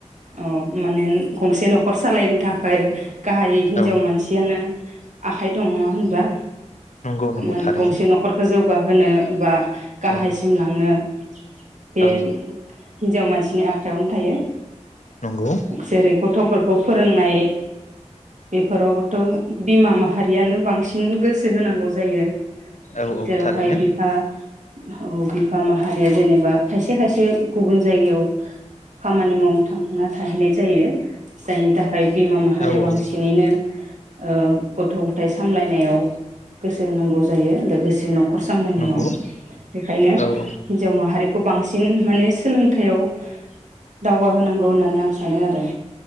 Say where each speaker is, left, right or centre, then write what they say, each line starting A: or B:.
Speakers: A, on the right; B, on the left.
A: औ माने गंसे नखर सालायनो थाखाय गाहायै हिनजाव
B: औ
A: मानसियानो। आखाइ दं नङा होनब्ला।
B: नंगौ नंगौ
A: माने
B: थारैनो
A: गंसे नखरखो जौ <unintelligible> गाहायसिम
B: औ
A: लांनो <inaudible> बे
B: औ
A: हिनजाव मानसिनि आखायाव थायो।
B: नंगौ
A: जेरै गथफोरखौ फोरोंनाय बेफोरावबोथ बिमा माहारियानो बांसिन गोसो होनांगौ। जायो।
B: औ औ
A: जेरावहाय
B: थारैनो
A: बिफा औ बिफा माहारिया जेनेबा खायसे खायसे गुबुन जायगायाव खामानि मावनो थांना थाहैनाय जायो जायनि था <unintelligible> बिमा माहारिया
B: औ
A: बांसिनैनो।
B: औ
A: ओम गथ गथाइ सामलायनायाव गोसो होनांगौ जायो लोगोसे न खर सामलायनायाव
B: नंगौ
A: बेखायनो
B: औ औ
A: हिनजाव माहारिखौ बां सिन माने सोलोंथायाइयाव दावगाहोनांगौ होननानै आं सानो आरो